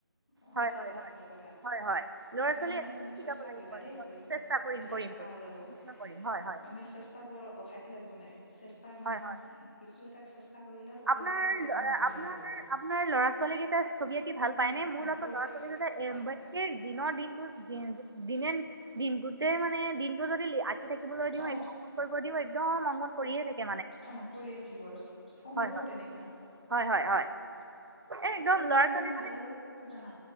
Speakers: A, on the left; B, on the right.
A: অঁ
B: হয়
A: ভাল
B: হয়
A: কথা
B: হয়
A: ভাল কথা
B: হয় হয় ল'ৰা
A: এতিয়া
B: ছোৱালী
A: মানে তুমি
B: শিকাব
A: চেষ্টা
B: লাগিব
A: কৰিবা
B: আৰু।
A: দেই কৰিবা
B: চেষ্টা কৰিম
A: তেতিয়াহে
B: কৰিম কৰিম
A: পাৰ যাব
B: নিশ্চয় কৰিম হয় হয়
A: মানে চেষ্টা কৰ অসাধ্য একো নাই। চেষ্টাৰ মানে
B: হয়
A: শিশু এটাক চেষ্টা কৰিলে সকলো
B: আাৰ আপোনাৰ
A: ক্ষেত্ৰতে তেওঁ আগবাঢ়ি যাবগৈ
B: আপোনাৰ লৰা ছোৱালী কেই ছবি আঁকি ভাল পায় ন মোৰ
A: অ
B: লগ
A: কৈ
B: ল'ৰা ছোৱালী
A: পাই
B: দিনৰ দিনটো দিন দিনটোৰ। মানে দিনটো যদি আঁকি থাকিবলৈ দিওঁ
A: অ
B: আত কৰিব দিওঁ একদম মংগন কৰিয়ে থাকি
A: অহ পৰিয়ে থাকিবতো অ
B: হয়
A: মোৰো
B: হয়
A: তেনেকুৱা।
B: হয় হয় হয়। এই
A: সকলোতকৈ
B: একদম ল'ৰা
A: মানে
B: ছোৱালী
A: ভাল লাগে জানা